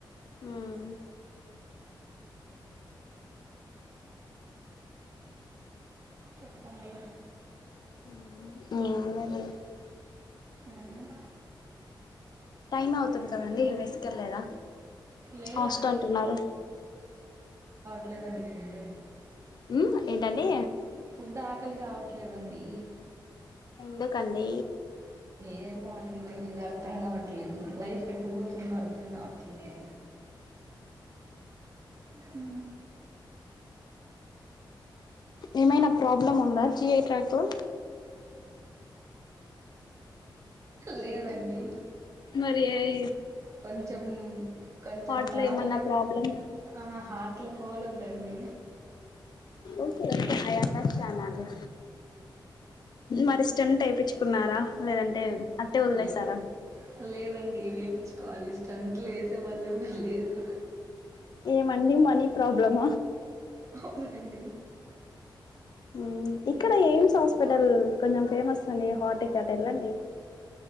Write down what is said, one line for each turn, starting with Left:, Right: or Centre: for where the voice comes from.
Left: ఉమ్.
Right: చెప్పండి.
Left: ఉమ్ ఏమున్నదండీ
Right: ఉమ్.
Left: టైం అవుతుంది కదండి మిస్కెళ్ళేద
Right: లేదండి
Left: హస్ట్ అంటున్నారు.
Right: ట్లేదండి ఫుడ్.
Left: ఉ ఏంటండీ.
Right: ఫుడ్ ఆకలి కావట్లేదండీ.
Left: ఎందుకండీ.
Right: ఏమో అండి తెలియదు అర్థం కావట్లేదు లైఫ్ ఎటు పోతుందో అర్థం కావ. ట్లేదు. ఉ.
Left: ఏమైనా ప్రాబ్లమ్ ఉందా జియేట్రకు
Right: లేదండి.
Left: మరి ఏ ఎ
Right: కొంచెం కొంచెం
Left: హార్ట్
Right: బాధలు
Left: లో ఏమన్నా
Right: ఎకూ
Left: ప్రాబ్లం
Right: ఆ హార్ట్లో హోల్ ఉందండి.
Left: ఓకే ఆయా. నచ్చన అండి. మరి స్టెంట్ ఏపించుకున్నారా. లేదంటే అట్టే వదిలేసారా
Right: లేదు లేదండి వేపిచు కాలి స్టంట్ లు లేసే వాళ్లు ఎవ్వరూ లేరు.
Left: ఏ మండి మనీ ప్రాబ్లమ
Right: అవునండి
Left: హు ఇక్కడ ఎయిమ్స్ హాస్పిటల్ కొంచెం ఫేమస్ నీ హటిక్ అటేళ్ళండి